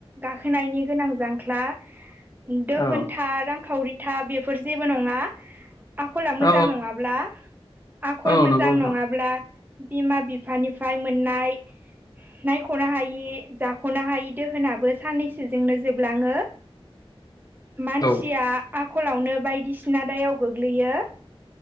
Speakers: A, on the right; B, on the left.
A: गाखोनायनि गोनां जांख्ला दोहोनथा
B: औ
A: रांखावरिथा बेफोर जेबो नङा आखला मोजां
B: औ
A: नङाब्ला आखल
B: औ
A: मोजां
B: नंगौ नोंथां
A: नङाब्ला बिमा बिफानिफ्राय मोननाय नायख'नो हायि जाख'नो हायि दोहोनाबो साननैसो जोंनो जोबलाङो
B: <unintelligible>
A: मानसिया
B: औ
A: आखलावनो बायदिसिना दायाव गोग्लैयो